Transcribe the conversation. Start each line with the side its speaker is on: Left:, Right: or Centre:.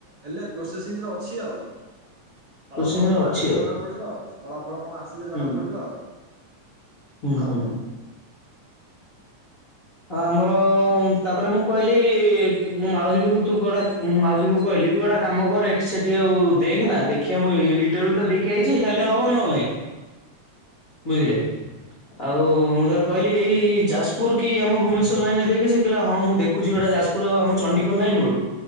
Right: ହେଲେ ପ୍ରୋସେସିଂର ଅଛି ଆଉ। ଫଳା
Left: କୋଚିଂରେ
Right: ଫଳ କଣ
Left: ଅଛି
Right: ଆସିଲେ
Left: ଆଉ
Right: ଜଣା ପଡିବ ଆଉ ଫଳାଫଳ କଣ ଆସିଲେ ଜଣା
Left: ହୁଁ
Right: ପଡିବ ଆଉ।
Left: ହୁଁ
Right: ଆଉ
Left: ହୁଁ। ହଁ ଆମର ତାପରେ ମୁଁ କହିଲି ମୋ ମାଉସୀ କୁ ତୁ କୁଆଡେ ଆସ ମାଉସୀ କୁ କହିଲି ତୁ ଗୁଟେ କାମ କର ଏଠି ସେଠି ଆଉ ଦେଖ ନା ଦେଖିବା ମୁଁ ଇଣ୍ଟରଭ୍ୟୁ ଟା ଦେଇକି ଆଇଛି ହେଲେ ହବ ନହେଲେ ନାଇଁ। ବୁଝିଲେ ଆଉ ମୁଁ ତାକୁ କହିଲି ଏଇ ଯାଜପୁର କି ଆମ ଭୁବନେଶ୍ୱର ଲାଇନ ରେ ଦେଖ ସେ କହିଲା ହଁ ମୁଁ ଦେଖୁଛି ଗୋଟା ଯାଯପୁର ଆମ ଚଣ୍ଡିଖୋଲ ଲାଇନ ରୁ